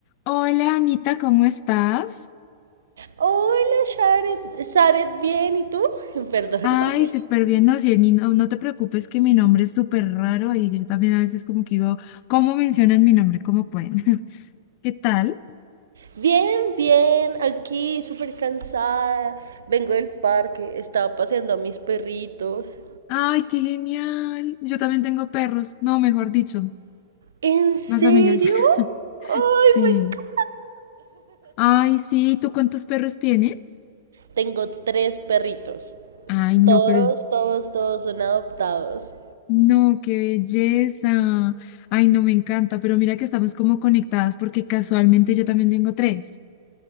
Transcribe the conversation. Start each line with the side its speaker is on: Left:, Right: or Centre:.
Left: Hola Anita, ¿cómo estás?
Right: Hola, Sharet. Sharet, bien, ¿y tú? <laughs> Perdóname.
Left: Ay, súper bien. No, sí, mi no, no te preocupes que mi nombre es súper raro y yo también a veces como que digo, ¿cómo mencionan mi nombre? ¿Cómo pueden? <laughs> ¿Qué tal?
Right: Bien, bien, aquí súper cansada. Vengo del parque, estaba paseando a mis perritos.
Left: Ay, qué genial. Yo también tengo perros. No, mejor dicho,
Right: ¿En serio?
Left: más amigas. <laughs>
Right: ¡Ay,
Left: Sí.
Right: me encanta!
Left: Ay, sí, ¿tú cuántos perros tienes?
Right: Tengo tres perritos.
Left: Ay, no,
Right: Todos,
Left: pero es-
Right: todos, todos son adoptados.
Left: no, qué belleza. Ay, no, me encanta, pero mira que estamos como conectadas porque casualmente yo también tengo tres.